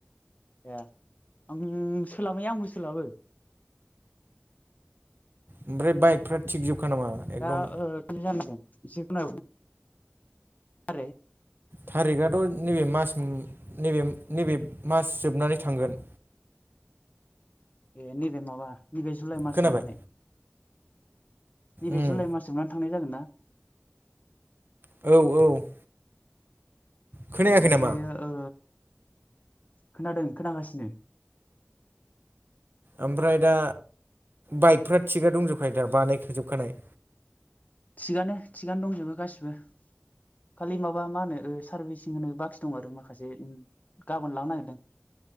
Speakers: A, on the left; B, on the right.
A: ए आं सोलाबनाया आंबो सोलाबो
B: ओमफ्राय बाइकफ्रा थिग जोबखा नामा एकदम
A: <unintelligible> एसे खोनाय आरोे
B: थारिकआथ' नैबे मास नबे नैबे मास जोबनानै थांगोन
A: ए नैबे माबा नैबे जुलाइ मास
B: खोनाबाय
A: जोबनानै नैबे
B: उम
A: जुलाइ मास जोबनानै थांनाय जागोनना
B: औ औ खोनायाखै
A: औ ओमफ्रायो
B: नामा
A: ओ खोनादों खोनागासिनो
B: ओमफ्राय दा बाइकफ्रा थिगानो दंजोबखायो दा बानायखाजोबखानाय
A: थिगानो थिगानो दंजोबो गासिबो खालि माबा मा होनो सारभिसिं होनो बाखि दं आरो माखासे गाबोन लांनो नागिरदों